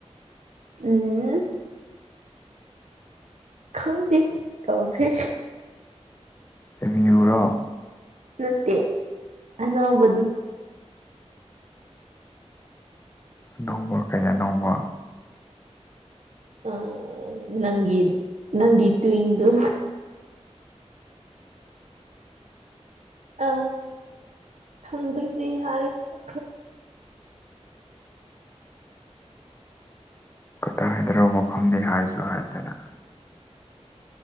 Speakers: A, on the right; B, on the left.
A: ꯎꯝ ꯈꯪꯗꯦ ꯀꯧꯈ꯭ꯔꯦ
B: ꯌꯕ꯭ꯌꯨꯔꯣ
A: ꯃꯠꯇꯦ ꯑꯅ ꯍꯕꯗꯨ
B: ꯑꯅꯧꯕ ꯀꯩ ꯑꯅꯧꯕ
A: ꯑ ꯅꯪꯤ ꯅꯪꯤꯠꯇ ꯏꯗꯨ ꯑ ꯈꯪꯗꯗꯤ ꯍꯔꯂꯣ
B: ꯇ ꯍꯥꯏꯗ꯭ꯔꯔꯕ ꯃꯐꯝꯅꯤ ꯍꯥꯏꯁꯨ ꯍꯥꯏꯗꯅ